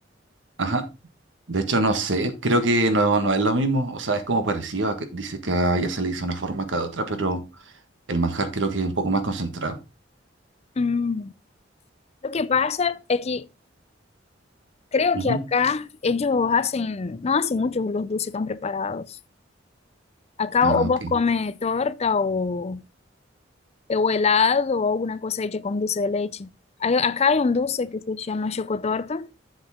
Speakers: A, on the right; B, on the left.
A: ajá. De hecho, no sé, creo que no, no es lo mismo, o sea, es como parecido, a que- dice que a ella se le dice una forma cada otra, pero el manjar creo que es un poco más concentrado.
B: mm, lo que pasa es que creo
A: Ujú.
B: que acá ellos hacen, no hacen muchos los dulces tan preparados. Acá
A: Ah,
B: o
A: ok,
B: vos comes torta o o helado o alguna cosa hecha con dulce de leche. Hay- acá hay un dulce que se llama chocotorta,